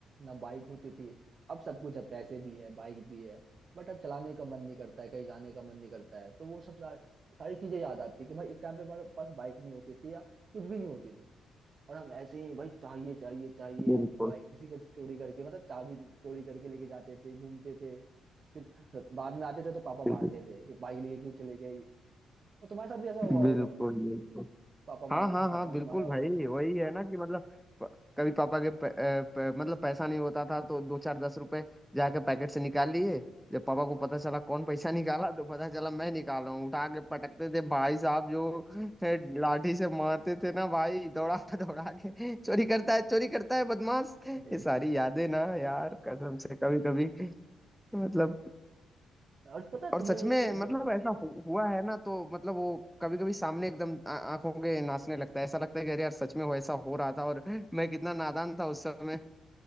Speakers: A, on the right (about 50°); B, in the centre.
A: ना बाइक होती थी अब सब कुछ है पैसे भी है बाइक भी है बट अब चलाने का मन नहीं करता है कहीं जाने का मन नहीं करता है तो वो सब सार, सारी चीजें याद आती है कि भाई एक टाइम पे हमारे पास बाइक नहीं होती थी या कुछ भी नहीं होती थी और हम ऐसे ही भाई चाहिए चाहिए चाहिए
B: बिल्कुल
A: हम बाइक किसी का चोरी करके मतलब चाबी चोरी करके लेके जाते थे घूमते थे फिर बाद में आते थे तो पापा
B: बिल्कुल
A: मारते थे कि बाइक लेके क्यों चले गए तो तुम्हारे साथ भी ऐसा हुआ
B: बिल्कुल
A: होगा
B: बिल्कुल।
A: पापा
B: हाँ
A: मार
B: हाँ
A: पापा
B: हाँ बिल्कुल
A: ने मारा
B: भाई
A: होगा
B: वही है ना कि मतलब प- कभी पापा के प, अ, प, मतलब पैसा नहीं होता था तो दो चार दस रुपए जाके पैकेट से निकाल लिए जब पापा को
A: हाँ।
B: पता चला कौन पैसा निकाला तो पता चला मैं निकाला हूँ उठा के पटकते थे भाई साहब जो है, लाठी से मारते थे ना भाई दौड़ा <laughs> दौड़ा के चोरी करता है चोरी करता है बदमाश
A: अरे
B: ये सारी यादें ना यार कसम से कभी कभी मतलब
A: और पता है
B: और
A: तुम्हें
B: सच
A: एक
B: में
A: जो
B: मतलब ऐसा हु- हुआ है ना तो मतलब वो कभी कभी सामने एकदम आ- आंखों के नाचने लगता है ऐसा लगता है कि अरे यार सच में वो ऐसा हो रहा था और मैं कितना नादान था उस समय